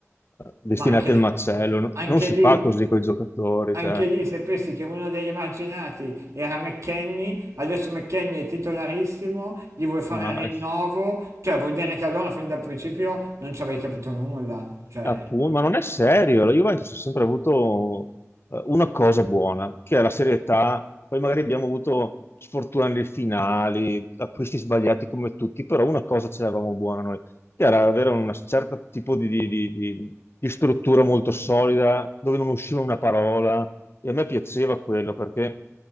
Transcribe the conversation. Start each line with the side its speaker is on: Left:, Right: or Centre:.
Left: destinati
Right: ma anche,
Left: al macello. No-
Right: anche
Left: Non si
Right: lì,
Left: fa così con i giocatori,
Right: anche
Left: cioè,
Right: lì, se pensi che uno degli emarginati era McKenny adesso McKenny è titolarissimo, gli vuoi fare
Left: no.
Right: il rinnovo, cioè vuol dire che allora fin dal principio non ci avevi capito nulla. Cioè,
Left: Appunto, ma non è serio, la Juventus ha sempre avuto eh, una cosa buona, che è la serietà, poi magari abbiamo avuto sfortuna nelle finali, acquisti sbagliati come tutti, però una cosa ce l'avevamo buona noi, che era avere un certo tipo di, di- di- di- di struttura molto solida, dove non usciva una parola, e a me piaceva quello, perché